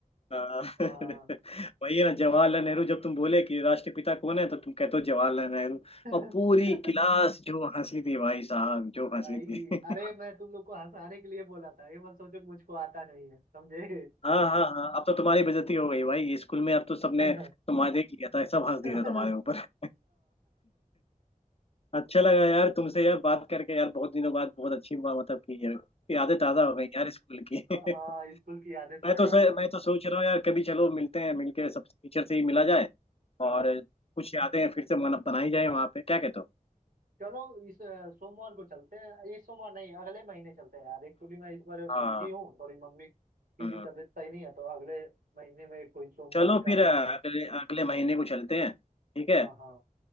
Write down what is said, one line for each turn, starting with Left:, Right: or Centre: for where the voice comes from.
Left: हाँ, <laughs>
Right: हाँ
Left: वही है ना जवाहरलाल नेहरू जब तुम बोले कि राष्ट्रपिता कौन है तो तुम कहते हो जवाहरलाल नेहरू
Right: <laughs>
Left: और पूरी क्लास जो हंसी थी भाई साहब जो हंसी
Right: भाई
Left: थी
Right: अरे
Left: <laughs>
Right: मैं तुम लोग को हंसाने के लिए बोला था ये मत सोचो कि मुझको आता नहीं है समझे
Left: हाँ हाँ हाँ अब तो तुम्हारी बेइज्जती हो गई भाई स्कूल में अब तो सबने
Right: <laughs> हाँ
Left: तुम्हारे देख लिया था सब हंस
Right: <laughs>
Left: दिए थे तुम्हारे ऊपर <laughs> अच्छा लगा यार तुमसे यार बात करके यार बहुत दिनों बाद बहुत अच्छी बात मतलब की यार यादें ताजा हो गई यार स्कूल की <laughs>
Right: हाँ, स्कूल की यादें ताजा
Left: मैं तो सर
Right: हो गई
Left: मैं तो सोच रहा हूँ यार कभी चलो मिलते हैं मिलके सब टीचर से ही मिला जाए
Right: हाँ।
Left: और कुछ यादें फिर से मन बनाई जाए वहाँ पे क्या कहते हो
Right: चलो इस अ, सोमवार को चलते हैं इस सोमवार नहीं अगले महीने चलते हैं यार एक्चुअली मैं इस बार बिजी
Left: हाँ
Right: हूँ थोड़ी मम्मी की
Left: हाँ
Right: भी तबीयत सही नहीं है तो अगले महीने में कोई सोमवार
Left: चलो
Right: का
Left: फिर अ,
Right: दिन
Left: अगले अगले महीने को चलते हैं ठीक
Right: हाँ
Left: है
Right: हाँ